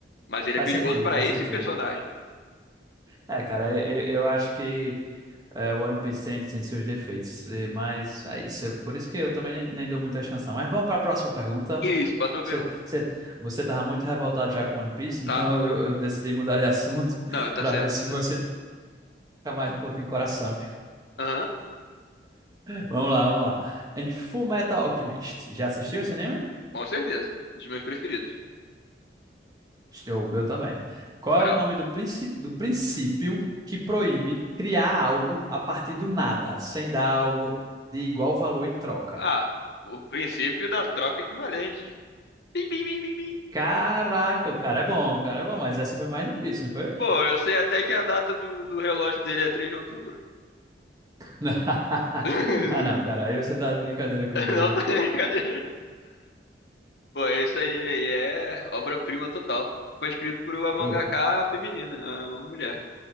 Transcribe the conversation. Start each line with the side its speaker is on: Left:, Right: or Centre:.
Left: Mas ele
Right: faz
Left: é perigoso
Right: sentido,
Left: pra
Right: faz
Left: esse
Right: sentido.
Left: personagem.
Right: É, cara, eu, eu acho que é, One Piece tem, tem seus defeitos, e- mas é isso. é Por isso que eu também nem, nem dou muita chance, não. Mas vamos para a próxima pergunta.
Left: Isso, próxima
Right: Você,
Left: pergunta.
Right: você, você estava muito revoltado já com One Piece,
Left: Tava.
Right: então eu, eu decidi mudar de assunto <laughs>
Left: Não, tá
Right: para
Left: certo.
Right: ver se
Left: tá
Right: você
Left: certo.
Right: fica mais um pouquinho coração.
Left: Aham,
Right: Vamos lá, vamos lá. Em Full Metal Alchemist, já assistiu esse anime?
Left: com certeza. Um dos meus preferidos.
Right: O meu também. Qual
Left: Brabo.
Right: é o nome do, princi- do princípio que proíbe criar algo a partir do nada, sem dar algo de igual valor em troca?
Left: Ah, o princípio da troca equivalente. Bim, bim, bim, bim, bim.
Right: Caraca, o cara é bom, o cara é bom, mas essa foi mais difícil, não foi?
Left: Pô, eu sei até que a data do, do relógio dele é 3 de outubro.
Right: <laughs>
Left: <laughs>
Right: Ah, não, cara, aí você tá de brincadeira comigo.
Left: Não tá brincadeira. Pô, esse anime aí é obra-prima total. Foi escrito por uma mangaka
Right: Pô,
Left: feminina, uma mulher.